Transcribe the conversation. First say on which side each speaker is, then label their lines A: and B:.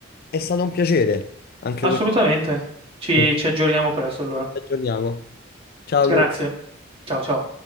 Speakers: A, on the left (about 50°); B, on the right (about 30°).
A: è stato un piacere. Anche
B: assolutamente.
A: questo.
B: Ci,
A: Ci
B: ci aggiorniamo presto allora.
A: aggiorniamo. Ciao,
B: Grazie.
A: Luca.
B: Ciao, ciao.